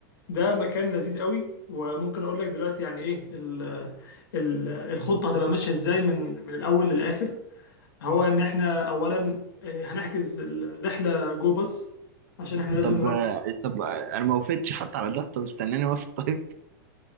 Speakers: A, on the left (about 75°); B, on the right (about 45°).
A: ده مكان لذيذ قوي وممكن أقول لك دلوقتي يعني إيه ال ال الخطة هتبقى ماشية إزاي من من الأول للآخر هو إن إحنا أولا آه، هنحجز الرحلة جو باص عشان إحنا لازم
B: طب
A: نروح
B: طب انا ما وافقتش حتى على ده طب استناني اوافق طيب